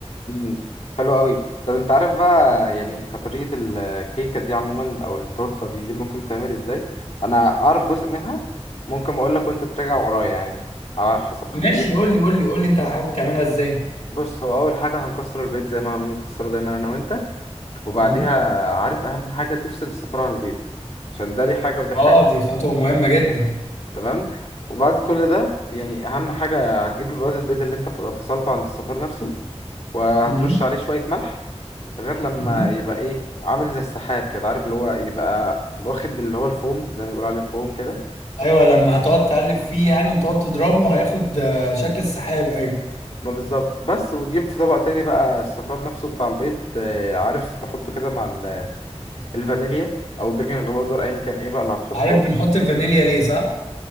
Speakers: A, on the left; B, on the left.
A: مم. حلو قوي طب انت عارف بقى يعني كطريقة الكيكة دي عموما او التورتة دي دي ممكن تعمل ازاي انا اعرف جزء منها ممكن اقول لك وانت تراجع ورايا يعني على حسب خبرتي
B: ماشي قول لي قول لي قول لي انت حابب تعملها ازاي
A: بص هو اول حاجة هنكسر البيت زي ما بنكسره دايما انا وانت وبعديها
B: مم.
A: عارف اهم حاجه تفصل السفاره عن البيت عشان ده ليه حاجه ودي
B: اه
A: حاجه
B: دي خطوة مهمة جدا
A: تمام وبعد كل ده يعني اهم حاجه هتجيب البياض البيض اللي انت ف- فصلته عن الصفار نفسه وهترش
B: مم.
A: عليه شويه ملح لغايه لما
B: مم.
A: يبقى ايه عامل زي السحاب كده عارف اللي هو يبقى واخد اللي هو الفوم زي ما بيقولوا عليه فوم كده
B: ايوه لما هتقعد تقلب فيه يعني وتقعد تضربه هياخد آه، شكل السحاب ايوه
A: ما بالظبط بس وتجيب في طبق تاني بقى الصفار نفسه بتاع البيض آه، عارف تحطه كده مع ال- الفانيليا او البيكنج باودر ايا كان ايه بقى اللي هتحطه
B: عارف بنحط الفانيليا ليه صح؟